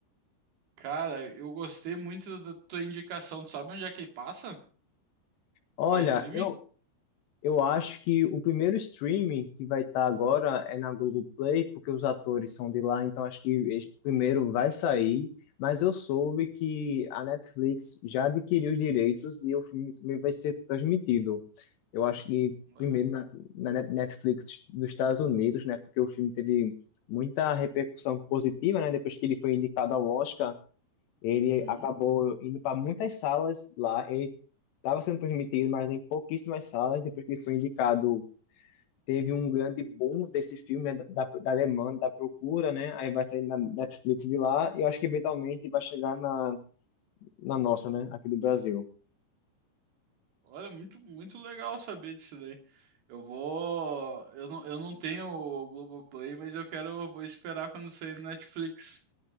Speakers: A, on the right; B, on the left.
A: Cara, eu gostei muito da tua indicação. Tu sabe onde é que ele passa?
B: Olha,
A: Qual streaming?
B: eu Eu acho que o primeiro streaming que vai estar agora é na Globoplay, porque os atores são de lá, então acho que esse primeiro vai sair. Mas eu soube que a Netflix já adquiriu os direitos e o filme também vai ser transmitido. Eu acho que
A: Olha.
B: primeiro na, na Net- Netflix dos Estados Unidos, né? Porque o filme teve muita repercussão positiva, né? Depois que ele foi indicado ao Oscar. Ele
A: Uhum.
B: acabou indo para muitas salas lá. Ele estava sendo transmitido, mas em pouquíssimas salas. Depois que ele foi indicado, teve um grande boom desse filme, né, da, da demanda, da procura, né? Aí vai sair na Netflix de lá e eu acho que eventualmente vai chegar na, na nossa, né? Aqui do Brasil.
A: Olha, muito, muito legal saber disso daí. Eu vou. Eu não, eu não tenho o Globoplay, mas eu quero. eu Vou esperar quando sair no Netflix.